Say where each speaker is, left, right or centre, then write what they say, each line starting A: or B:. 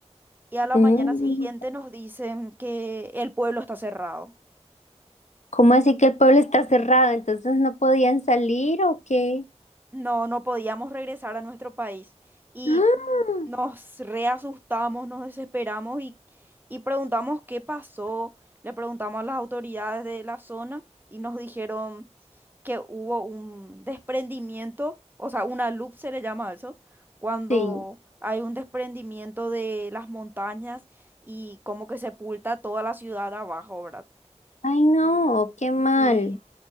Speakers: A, on the right; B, on the left.
A: y a la
B: Mm.
A: mañana siguiente nos dicen que el pueblo está cerrado.
B: ¿Cómo así que el pueblo está cerrado? Entonces no podían salir o qué?
A: No, no podíamos regresar a nuestro país y
B: ¡Ah!
A: nos reasustamos, nos desesperamos y, y preguntamos qué pasó. Le preguntamos a las autoridades de la zona y nos dijeron... que hubo un desprendimiento, o sea, una loop se le llama a eso, cuando
B: Sí.
A: hay un desprendimiento de las montañas y como que sepulta toda la ciudad abajo, ¿verdad?
B: Ay, no,
A: Y
B: qué mal.
A: sí,